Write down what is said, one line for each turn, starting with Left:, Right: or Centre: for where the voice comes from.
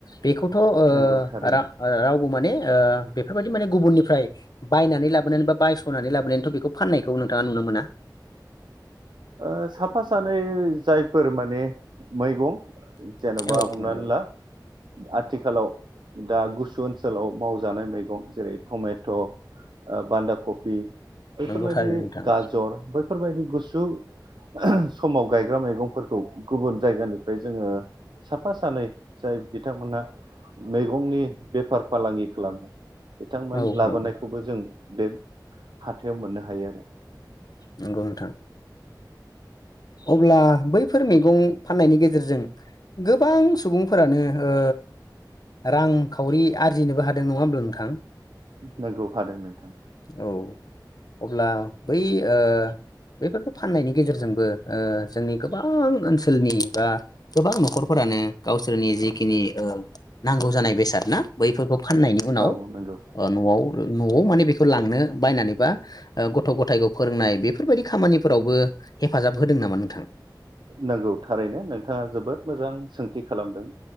Left: बेखौथ' ओ
Right: नंगौ थारैनो
Left: रा रावबो माने ओ बेफोरबायदि माने गुबुननिफ्राय बायनानै लाबोनानै बा बायस'नानै लाबोनानैथ' बेखौ फाननाय खौ नोंथाङा नुनो मोना।
Right: ओ साफा सानै जायफोर माने मैगं जेन'बा
Left: औ
Right: हमनानैला
Left: नंगौ
Right: आथिखालाव दा गुसु ओनसोलाव मावजानाय मैगं जेरै टमेट' ओ बान्दा कफि बेैफोरबायदि
Left: नंगौ थारैनो नोंथां
Right: गाजर बैफोरबायदि गुसु समाव गायग्रा मैगंफोरखौ गुबुन जायगानिफ्राय जोङो साफा सानै जाय बिथांमोनहा मैगंनि बेफार फालांगि खालामो बिथांमोन
Left: औ
Right: लाबोनायखौबो
Left: नंगौ
Right: जों बे हाथाइाव मोननो हायो आरो
Left: नंगौ नोंथां। अब्ला बैफोर मैगं फाननायनि गेजेरजों गोबां सुबुंफोरानो ओ रांखावरि आरजिनोबो हादों नङा होमब्ला नोंथां?
Right: नोंगौ हादों नोंथां
Left: औ अब्ला बै ओ बेफोरखौ फाननायनि गेजेरजोंबो ओ जोंनि गोबां ओनसोलनि बा गोबां न'खरफोरा नो गावसोरनि जिखिनि ओ नांगौ जानाय बेसाद ना बैफोरखौ फाननायनि उनाव
Right: औ नोंगौ
Left: न'आव न'आव माने बेखौ लांनो बायनानै बा गथ' गथायखौ फोरोंनाय बेफोरबायदि खामानिफोरावबो हेफाजाब होदों नामा नोंथां
Right: नंगौ थारैनो नोंथाङा जोबोद मोजां सों थि खालामदों